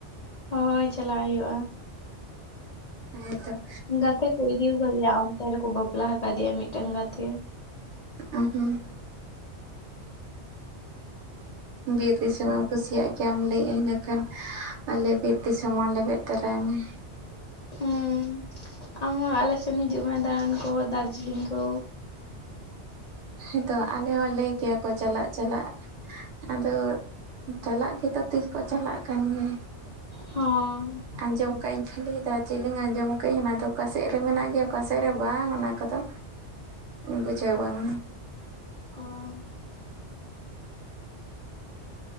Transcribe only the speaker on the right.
<inaudible> ᱦᱮᱸ ᱛᱚ
ᱩᱸ ᱦᱩᱸ ᱵᱤᱨ ᱫᱤᱥᱚᱢ ᱮᱢ ᱠᱩᱥᱤᱭᱟᱜ ᱜᱮᱭᱟ ᱞᱟᱹᱭᱮᱜ ᱤᱱᱟᱹ ᱠᱷᱟᱱ ᱟᱞᱮ ᱵᱤᱨ ᱫᱤᱥᱚᱢ ᱢᱟ ᱞᱮᱵᱮᱫ ᱛᱚᱨᱟᱭ ᱢᱮ
ᱦᱮᱸ ᱛᱚ ᱟᱞᱮ ᱦᱚᱸ ᱞᱟᱹᱭ ᱠᱮᱭᱟ ᱠᱚ ᱪᱟᱞᱟᱜ ᱪᱟᱞᱟᱜ ᱟᱫᱚ ᱪᱟᱞᱟᱜ ᱜᱮᱛᱚ ᱛᱤᱥ ᱠᱚ ᱪᱟᱞᱟᱜ ᱠᱟᱱ ᱜᱮ
ᱟᱸᱡᱚᱢ ᱠᱟᱜ ᱤᱧ ᱠᱷᱟᱹᱞᱤ ᱫᱟ ᱪᱮ ᱞᱤᱧ ᱟᱸᱡᱚᱢ ᱠᱟᱜ ᱤᱧ ᱚᱱᱟ ᱫᱚ ᱚᱠᱟ ᱥᱮᱫ ᱨᱮ ᱢᱮᱱᱟᱜ ᱜᱮᱭᱟ ᱚᱠᱟ ᱥᱮᱫ ᱨᱮ ᱵᱟᱝ ᱚᱱᱟ ᱠᱚᱫᱚ ᱵᱩᱡᱷᱟᱹᱣ ᱵᱟᱝ